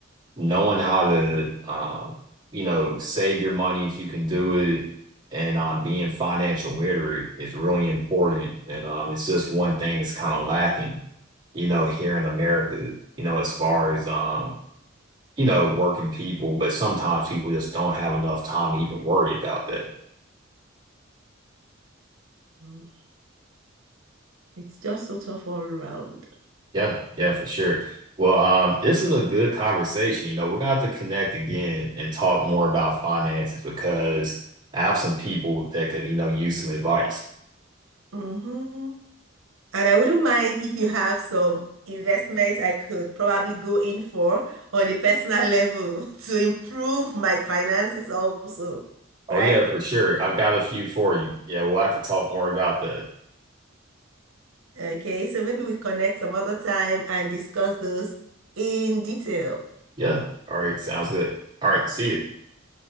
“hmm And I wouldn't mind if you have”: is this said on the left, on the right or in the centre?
Right